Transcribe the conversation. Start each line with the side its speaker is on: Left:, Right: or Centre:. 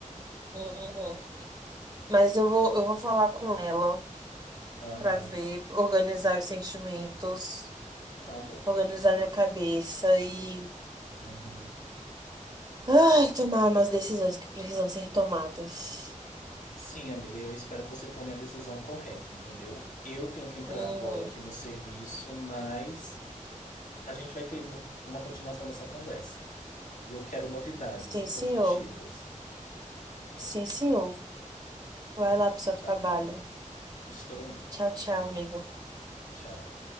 Right: Uhum. Mas eu vou, eu vou falar com ela
Left: Aham,
Right: pra ver, organizar os sentimentos,
Left: tá bom.
Right: organizar minha cabeça e,
Left: Uhum.
Right: ai, tomar umas decisões que precisam ser tomadas.
Left: Sim, amiga, eu espero que você tome a decisão correta, entendeu? Eu tenho que entrar
Right: Uhum.
Left: agora aqui no serviço, mas a gente vai ter uma uma continuação dessa conversa. E eu quero novidades
Right: Sim,
Left: positivas.
Right: senhor. Sim, senhor. Vai
Left: Hum,
Right: lá pro seu trabalho.
Left: tá bom. Estou indo.
Right: Tchau, tchau,
Left: Tchau,
Right: amigo.
Left: tchau.